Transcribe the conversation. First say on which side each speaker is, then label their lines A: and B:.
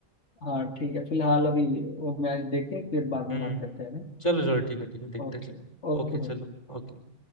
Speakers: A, on the left; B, on the left.
A: हाँ ठीक है फिलहाल अभी वो मैच देखें फिर बाद में
B: हम्म
A: बात करते हैं ना
B: चलो चलो ठीक है ठीक है देखते
A: ओके
B: हैं, चलो
A: ओके
B: ओके
A: भाई
B: चलो ओके